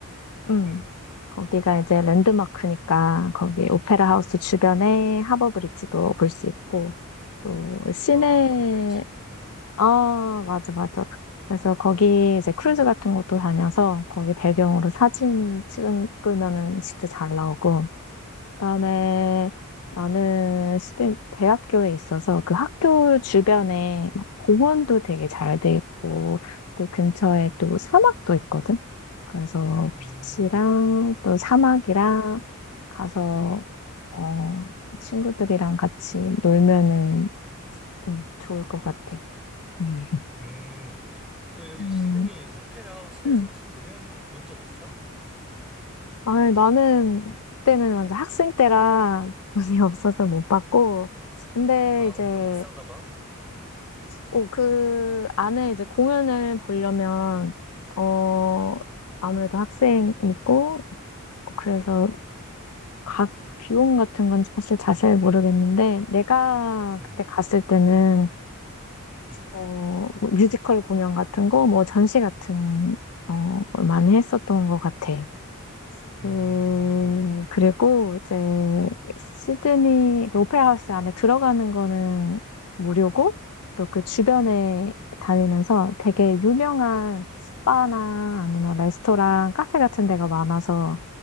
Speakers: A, on the left (about 85°); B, in the centre.
A: 음.
B: 음,
A: 거기가 이제 랜드마크니까 거기 오페라 하우스
B: 음.
A: 주변에 하버 브릿지도 볼 수 있고 또 시내
B: 아, 하부 빌지. 음,
A: 아 맞아 맞아 그래서 거기 이제 크루즈 같은 것도 다녀서 거기 배경으로 사진 찍으면은 진짜 잘 나오고 그다음에
B: 아,
A: 나는 대 대학교에 있어서 그 학교 주변에 공원도 되게 잘 돼 있고 그 근처에 또 사막도 있거든. 그래서 비치랑
B: 음,
A: 또 사막이랑
B: 음,
A: 가서
B: 음,
A: 어, 친구들이랑 같이 놀면은 음, 좋을 것 같아. 음.
B: 음. 그럼 여기
A: 음,
B: 시드니 오페라 하우스에서
A: 음.
B: 혹시 공연 본 적 있어?
A: 아니, 나는 그때는 완전
B: 음,
A: 학생 때라 돈이 없어서
B: 음.
A: 못 받고 근데
B: 아,
A: 이제
B: 엄청 비싼가 봐.
A: 오, 그 안에 이제 공연을 보려면, 어,
B: 음,
A: 아무래도 학생이고, 그래서
B: 음,
A: 각 비용 같은 건 사실 자세히 모르겠는데, 내가
B: 음,
A: 그때 갔을 때는,
B: 음,
A: 어, 뭐 뮤지컬 공연 같은 거, 뭐 전시 같은, 어, 걸 많이 했었던 것 같아.
B: 음,
A: 그, 그리고 이제 시드니 그 오페라 하우스 안에 들어가는 거는 무료고 또 그 주변에
B: 음,
A: 다니면서 되게 유명한 바나 아니면 레스토랑, 카페 같은 데가 많아서